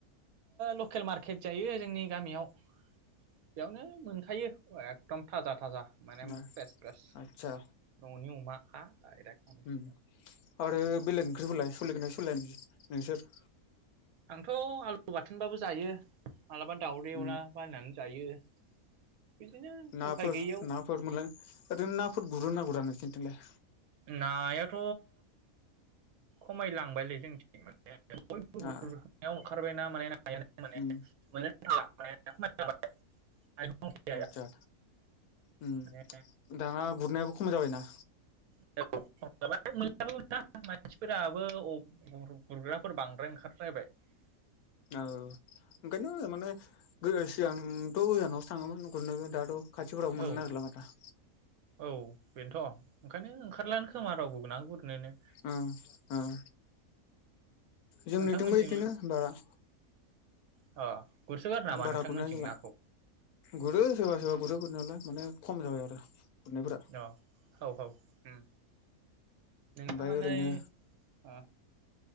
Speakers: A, on the right; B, on the left.
A: लकेल मार्केट जायो जोंनि गामियाव बेयावनो मोनखायो एकदम थाजा थाजा माने
B: दा
A: फ्रेस फ्रेस
B: आदसा
A: ननि अमाखा डाइरेक्ट माने
B: उम आरो बेलेग ओंख्रिफोरालाय सोलिगोनाय सोलिया नोंसोर
A: आंथ आलु बाथोनबाबो जायो। माब्लाबा दाउदै
B: उम
A: एवला बायनानै जायो। बिदिनो
B: नाफोर
A: उफाय गैयियाव
B: नाफोर मोनलाय ओरैनो नाफोर गुरोना गुरा नोंसिनिथिंलाय
A: नायाथ खमायलांबायलै जोंनिथिं माने। बयबो गुरनायाव
B: आ
A: ओंखारबाय ना। <unintelligible>
B: उम
A: <inaudible> गैया
B: आदसा हम
A: माने
B: दाना गुरनायाबो खम जाबायना
A: औ <unintelligible> मानसिफोराबो गुरग्राफोर बांद्राय ओंखारद्रायबाय ।
B: औ ओंखायनो माने सिगांथ' गोजानावसो थाङोमोन गुरनोबो दाथ' खाथिफोरावबो मोननो
A: औ
B: नागिरला माथो ।
A: औ बेनोथ' ओंखायनो ओंखारलानो खोमा रावबो ना गुरनोनो ।
B: उम उम जोंनिथिबो
A: नोंथांमोनथिं
B: इदिनो बारा
A: अ गुरसोगारो नामा
B: बारा
A: नोंथांमोनथिं
B: गुरनाय जाला,
A: नाखौ
B: गुरो सेरबा सोरबा गुरो गुरनायालाय माने खम जाबाय आरो गुरनायफोरा
A: औ औ औ उम नोंथाङालाय
B: ओमफ्राय ओरैनो
A: ओ